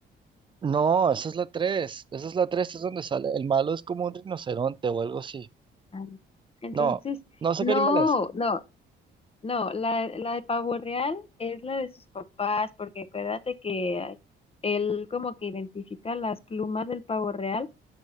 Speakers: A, on the right; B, on the left.
A: No, esa es la tres. Esa es la tres, es donde sale. El malo es como un rinoceronte o algo así.
B: Ay. Entonces,
A: No, no sé
B: no,
A: qué animal es.
B: no. No, la, la de pavo real es la de sus papás, porque acuérdate que él como que identifica las plumas del pavo real